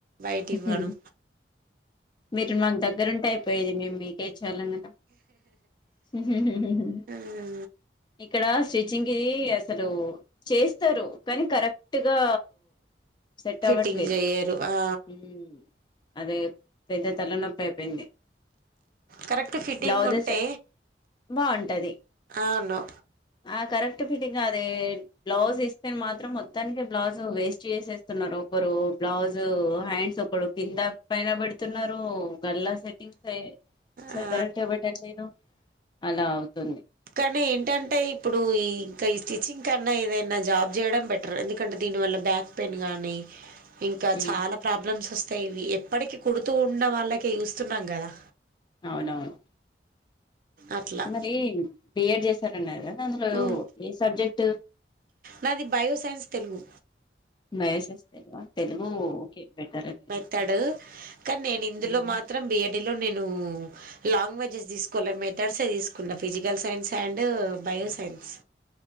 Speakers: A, on the right (about 50°); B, on the left (about 25°).
A: బయట
B: హు
A: ఇవ్వను
B: హు మీరు మాకు దగ్గర యిపోయిది మేమ్ కె చలనా రా హు హు హు
A: ఆ.
B: ఇక్కడ స్టిచ్చింగ్ అసలు చేస్తారు కానీ కరెక్ట్గా సెట్
A: ఫిట్టింగ్
B: అవ్వట్లేదు
A: చెయ్యరు ఆ
B: ఉమ్ అదే పెద్ద తల నొప్పి అయిపోయింది
A: కరెక్ట్ ఫిట్టింగ్
B: బ్లౌజెస్
A: ఉంటే
B: బాగుంటది
A: అవును
B: ఆ కరెక్ట్ ఫిటింగ్ అదే బ్లౌజ్ ఇస్తే మాత్రం మొత్తానికి బ్లౌజ్ వేస్ట్ చేసేస్తున్నారు ఒకరు బ్లౌజు హ్యాండ్స్ ఒకరు కింద పైన పెడుతున్నారు గల్లా సెటింగ్ స అసల్
A: ఆ
B: కరక్గా పెటాట్లేధు అలా అవుతుంది
A: కానీ ఏంటంటే ఇప్పుడు ఈ ఇంకా ఈ స్టిచ్చింగ్ కన్నా ఏదైనా జాబ్ చేయడం బెటర్ ఎందుకంటే దీనివల్ల బ్యాక్ పెయిన్ గానీ ఇంకా
B: ఉమ్,
A: చాలా ప్రాబ్లమ్స్ వస్తాయి థి ఇవి ఎప్పటికిీ కుడుతూ ఉన్న వాళ్ళకే చూస్తున్నాం కదా
B: అవునవును
A: అట్లా
B: మరి బిఏడ్ చేశారున్న కదా అందులో
A: మ్మ్
B: ఏ సబ్జెక్ట్
A: నాది బయో సైన్స్ తెలుగు
B: మ్యాక్స్ తెలవ తెలుగు బెటర్
A: వేతాడు కనీ నేను ఇందులో మాత్రం బియ దీనిలో నేను లాంగ్వేజెస్ తీసుకోవాలి మెథడ్స్ే తీసుకున్నా physical science and bio science